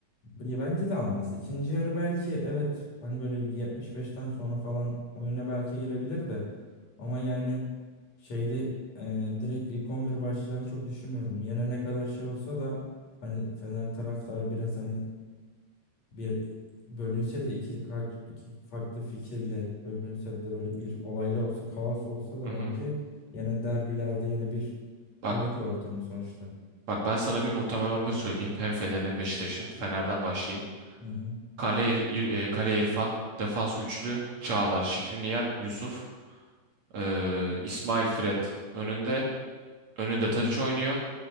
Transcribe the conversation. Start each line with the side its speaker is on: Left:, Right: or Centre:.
Left: Ya Bence de almaz. İkinci yarı belki evet hani böyle 75'ten sonra falan oyuna belki girebilir de ama yani şeyde e, direkt ilk 11 başlayacağını çok düşünmüyorum. Yine ne kadar şey olsa da hani Fener taraftarı biraz hani bir bölünse de iki, kar- iki farklı fikirle bölünse de böyle bir olaylı olsa kaos olsa da
Right: Hı hı.
Left: bence yine derbilerde yine bir
Right: Bak
Left: Kadıköy ortamı sonuçta.
Right: bak ben sana bir muhtemel 11 söyleyeyim. Hem Fener'in hem Beşiktaş'ın. Fener'den başlayayım.
Left: Hı hı
Right: Kale, İr- İr- e, Kale İrfan, defans üçlü, Çağlar, Şikriniyar, Yusuf, Ee, İsmail Fred önünde. Önünde
Left: hı
Right: Tadiç
Left: hı
Right: oynuyor.